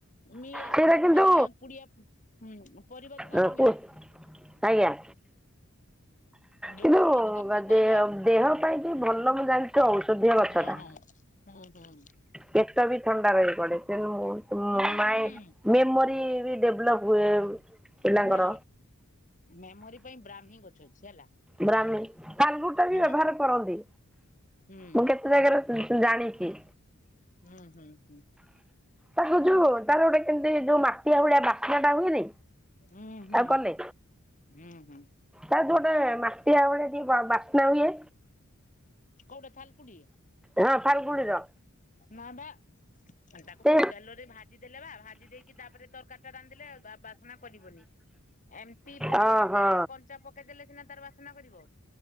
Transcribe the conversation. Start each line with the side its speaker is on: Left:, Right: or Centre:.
Left: ମିଳେ
Centre: ସେଇଟା
Left: ପଡ଼
Centre: କିନ୍ତୁ
Left: ମାନେ ପୁଡିଆ ହୁଁ ପରିବା ଦୋକାନରେ
Centre: ର
Left: ମିଳେ
Centre: କୁ ଆଜ୍ଞା
Left: ଯୋଉ
Centre: କିନ୍ତୁ
Left: ପରିବା ଦୋକାନ କି କହିବେ
Centre: ଦେହ ଦେହ ପାଇଁ କି ଭଲ ମୁଁ ଜାଣିଛି ଔଷଧୀୟ ଗଛ
Left: ହଁ
Centre: ଟା।
Left: ହଁ ହୁଁ ହୁଁ।
Centre: ପେଚ ବି ଥଣ୍ଡା ରହି ପଡେ଼ କିନ୍ତୁ ମୁ
Left: ହୁଁ
Centre: ମାଇଁ
Left: ହୁଁ
Centre: ମେମୋରି ବି ଡଭ୍ଲପ ହୁଏ। ପିଲାଙ୍କର
Left: ନା ମେମୋରି ପାଇଁ ବ୍ରାହ୍ମି ହିଁ ଗଛ ଅଛି ହେଲା।
Centre: ବ୍ରାମୀ କଲଗୁ ଟା ବି
Left: ହଁ
Centre: ବ୍ୟବହାର କରନ୍ତି
Left: ହୁଁ
Centre: ମୁଁ କେତେ ଜାଗାରେ। ଜାଣିକି
Left: ହୁଁ ହୁଁ ହୁଁ।
Centre: ତାକୁ ଯୋଉ ତାର ଗୋଟେ କେମିତି ଯୋଉ ମାଟିଆ ଭଳିଆ ବାସ୍ନା ଟା ହୁଏନି।
Left: ହୁଁ ହୁଁ
Centre: ଆଉ କଲେ
Left: ହୁଁ ହୁଁ
Centre: ତା ଗୋଟେ ମାଟିଆ ବଳେଆ ଟିକେଏ ବାସ୍ନା ହୁଏନି
Left: କୋଉଠେ ଥାଲ୍କୁଡି଼।
Centre: ହଁ ଫାଲଗୁଣୀର।
Left: ନା ବା ସାଟାପ୍
Centre: ସେ
Left: ତେଲରେ ଭାଜି ଦେଲେ ବା ଭାଜି ଦେଇକି ତାପରେ ତରକାରୀ ଟା ରାନ୍ଧିଲେ ବା-ବାସ୍ନା କରିବନି। ଏମତି ପରିବା
Centre: ଓହୋ
Left: ସିଝାରେ କଞ୍ଚା ପକେଇଦେଲେ ସିନା ତାର ବାସ୍ନା କରିବ।